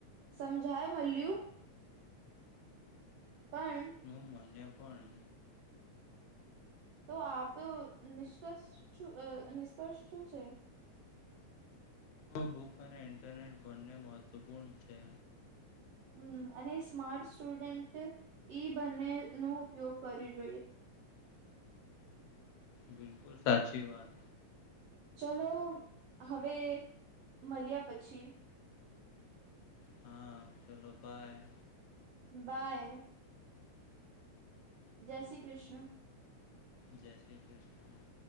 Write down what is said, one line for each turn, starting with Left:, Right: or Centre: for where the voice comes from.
Right: સમજાય મળ્યું. પણ
Left: હું મને. પણ
Right: તો આપ નિષ્કર્ષ નિષ્કર્ષ શું છે.
Left: બુક અને ઇન્ટરનેટ બંને મહત્વપૂર્ણ છે.
Right: હમ્મ અને સ્માર્ટ સ્ટુડન્ટ ઈ બંને નો ઉપયોગ કરવ
Left: બિલકુલ સાચી વાત.
Right: ચલો હવે મળ્યા પછી.
Left: હા ચાલો બાય.
Right: બાય. જય શ્રી કૃષ્ણ.
Left: જય શ્રી કૃષ્ણ.